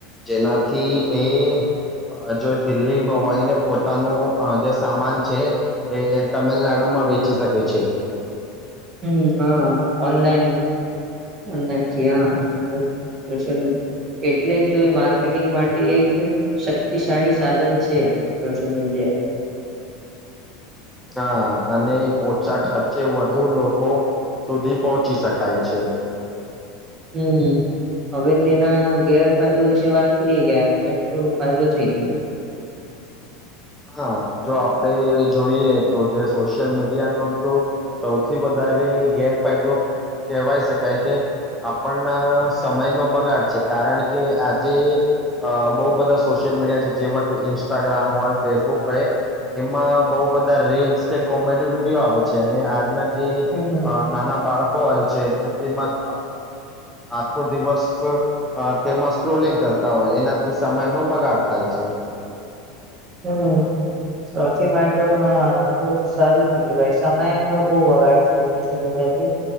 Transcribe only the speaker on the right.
હમ હા ઓનલાઈન, ઓનલાઇન. છે આ હમ પ્રાતસાહન મૂક એટલે જ તો એ માર્કેટિંગ માટે એક શક્તિશાળી સાધન છે સોશિયલ મીડિયા.
હમ, હવે તેના ગેરફાયદો વિશે વાત કરીએે ગયા એટલો ફાયદો થઈ ગયો.
હમ
હમ, સૌથી માટે હા તો સારું કીધું ભાઈ સમયનો બહ વગાડ છે સોશિયલ મીડિયાથી,